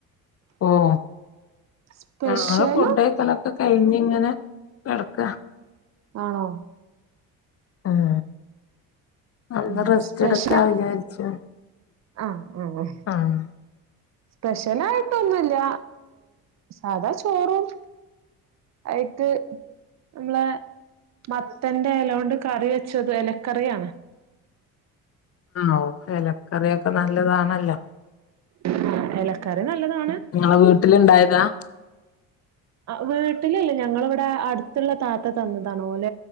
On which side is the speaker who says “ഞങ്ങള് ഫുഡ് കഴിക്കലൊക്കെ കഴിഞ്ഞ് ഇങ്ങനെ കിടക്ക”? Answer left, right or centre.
Left